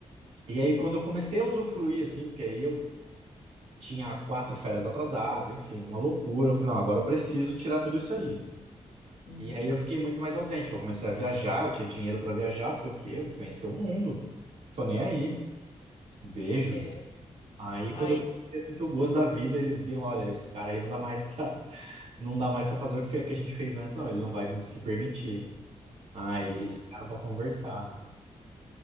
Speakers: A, on the right; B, on the left.
A: E aí quando eu comecei a usufruir, assim, porque aí eu tinha quatro férias atrasadas, enfim, uma loucura. Eu falei, não, agora eu preciso tirar tudo isso aí.
B: Uhum.
A: E aí eu fiquei muito mais ausente. Eu comecei a viajar, eu tinha dinheiro pra viajar. Eu falei, o quê? Eu vou conhecer o mundo. Tô nem aí. Beijo.
B: É.
A: Aí
B: Aí,
A: quando eu comecei a sentir o gosto da vida, eles viram, olha, esse cara aí não dá mais pra, <laughs> não dá mais para fazer o que que a gente fez antes, não. Ele não vai se permitir. Aí
B: é...
A: eles chegaram pra conversar.